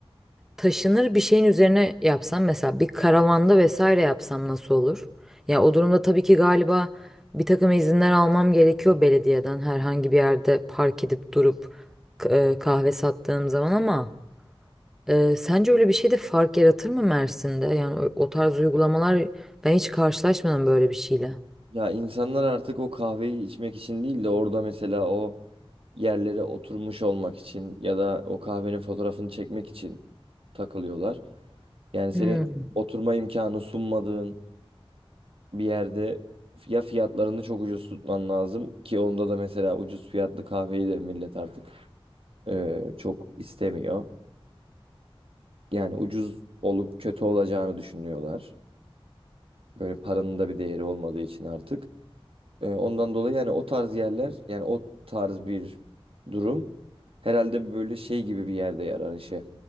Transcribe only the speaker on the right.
Ya insanlar artık o kahveyi içmek için değil de orada mesela o yerlere oturmuş olmak için ya da o kahvenin fotoğrafını çekmek için takılıyorlar. Yani senin
oturma imkanı sunmadığın bir yerde ya fiyatlarını çok ucuz tutman lazım ki onda da mesela ucuz fiyatlı kahveyi de millet artık e, çok istemiyor. Yani ucuz olup kötü olacağını düşünüyorlar. Böyle paranın da bir değeri olmadığı için artık. Ee, ondan dolayı yani o tarz yerler yani o tarz bir durum herhalde böyle şey gibi bir yerde yarar işe.